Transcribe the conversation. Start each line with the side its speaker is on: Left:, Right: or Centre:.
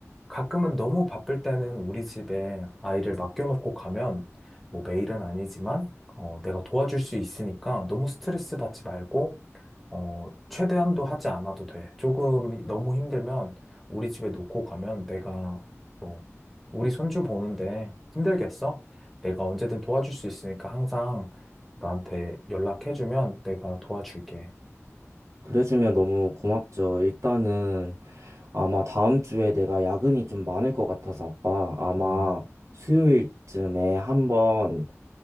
Centre: 가끔은 너무 바쁠 때는 우리 집에 아이를 맡겨놓고 가면 뭐 매일은 아니지만 어, 내가 도와줄 수 있으니까 너무 스트레스 받지 말고 어, 최대한도 하지 않아도 돼. 조금 너무 힘들면 우리 집에 놓고 가면 내가 뭐 우리 손주 보는데 힘들겠어? 내가 언제든 도와줄 수 있으니까 항상 나한테 연락해주면 내가 도와줄게.
Right: 그래주면 너무 고맙죠. 일단은 아마 다음 주에 내가 야근이 좀 많을 것 같아서 아빠 아마
Centre: 음,
Right: 수요일쯤에 한번